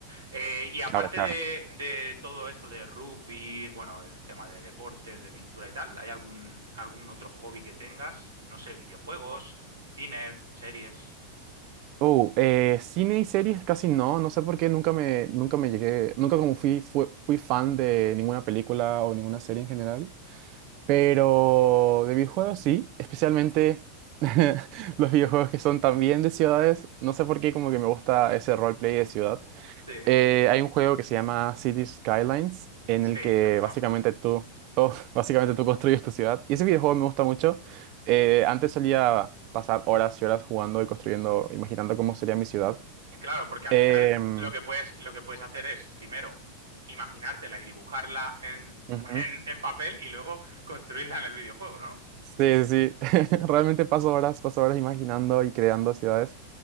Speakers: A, on the right; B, on the right.
A: Eh, y aparte
B: Claro, claro.
A: de, de todo esto de rugby, bueno, el tema de deportes, de pintura y tal, ¿hay algún, algún otro hobby que tengas? No sé, videojuegos, cine, series.
B: Oh, eh, cine y series casi no, no sé por qué nunca me, nunca me llegué, nunca como fui, fue- fui fan de ninguna película o ninguna serie en general. Pero de videojuegos sí, especialmente <laughs> los videojuegos que son también de ciudades. No sé por qué como que me gusta ese roleplay de ciudad.
A: Sí,
B: Eh, hay un juego que se llama Cities Skylines en
A: Sí,
B: el que
A: lo conozco.
B: básicamente tú, oh, <laughs> básicamente tú construyes tu ciudad. Y ese videojuego me gusta mucho. Eh, antes solía pasar horas y horas jugando y construyendo, imaginando cómo sería mi ciudad.
A: Claro, porque al
B: Em,
A: final lo que puedes, lo que puedes hacer es, primero, imaginártela y dibujarla en, <laughs>
B: ujú.
A: en, en papel y luego construirla en el videojuego, ¿no?
B: Sí, sí, <laughs> realmente paso horas, paso horas imaginando y creando ciudades.